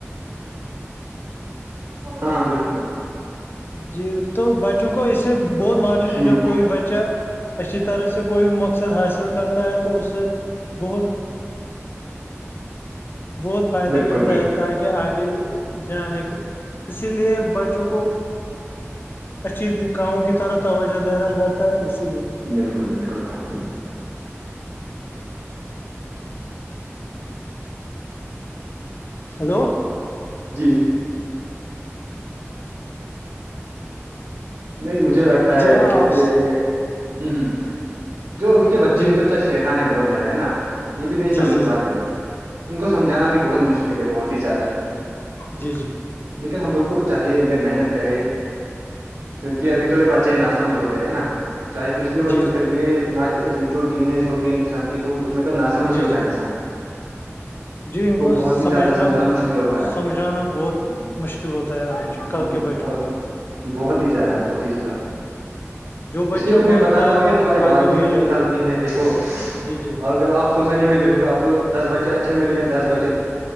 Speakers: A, on the right (about 80°); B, on the left (about 45°).
A: ہاں بالکل
B: جی تو بچوں کو اس سے بہت مارٹیویشن
A: ہ
B: جب کوئی بچہ اچھی طرح سے کوئی مقصد حاصل کرتا ہے تو اس سے بہت بہت فائدہ
A: بالکل
B: ملتا
A: بالکل
B: ہے تاکہ آگے جانے کو اسی لیے بچوں کو اچ چی کاموں کی طرف توجہ دینا پڑتا ہے اسی لیے
A: بالکل بالکل بھائی
B: ہیلو
A: جی نہیں مجھے لگتا
B: جی
A: ہے
B: آپ
A: جیسے ہ ہ جو ابھی کے بچے
B: جی
A: ہیں تو شیتان ہے بہت زیادہ ہے نا یہ بھی نہیں
B: جی
A: سمجھ
B: جی
A: پاتے
B: جی
A: ہیں ان کو سمجھانا بھی بہت مشکل ہے بہت ہی زیادہ
B: جی جی
A: لیکن ہم لوگوں کو چاہے ان پہ محنت کرے کیوںکہ ابھی تو یہ بچے نہ سمجھ ہوتے ہے نا چاہے کچھ بھی
B: جی
A: ہوتے پھر بھی نہ جو ٹین ایج ہوتی ہے انسان کی تو اس میں تو نہ سمجھ
B: جی
A: ہی
B: جی
A: ہوتا
B: جی
A: ہے انسان
B: جی ان کو
A: بہت
B: سمجھنا
A: ہی زیادہ سمجھانا مشکل ہوتا
B: سمجھانا بہت مشکل ہوتا ہے آج
A: ہے
B: کل کے بچوں
A: بہت
B: کو
A: بہت ہی زیادہ بہت ہی زیادہ
B: جو
A: اس
B: بچہ
A: لیے تو
B: مانتا
A: میں بتاتا
B: ہے
A: ہوں
B: تو
A: یہ ہمارے والدین
B: آگے وہی جاتا
A: کی غلطی ہے دسو
B: جی جی
A: اگر آپ سوسائٹی میں دیکھو گے آپ کو دس بچے اچھے ملیں گے دس بچے